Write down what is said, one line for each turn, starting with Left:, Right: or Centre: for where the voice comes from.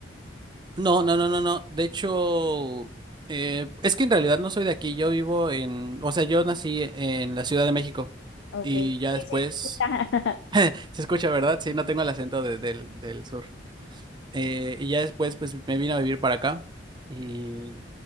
Right: No, no, no, no, no, de hecho, eh, es que en realidad no soy de aquí, yo vivo en, o sea, yo nací en la Ciudad de México,
Left: Ok.
Right: y
Left: Sí,
Right: ya después,
Left: sí, se escucha. <laughs>
Right: <laughs> se escucha, ¿verdad? Sí, no tengo el acento de- del, del sur. Eh, y ya después, pues me vine a vivir para acá. Y...